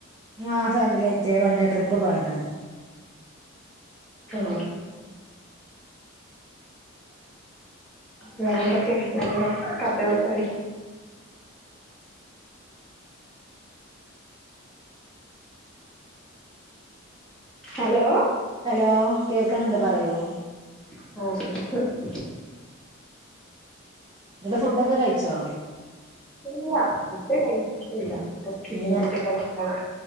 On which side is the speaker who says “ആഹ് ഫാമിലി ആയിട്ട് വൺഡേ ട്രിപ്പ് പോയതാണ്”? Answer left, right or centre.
Right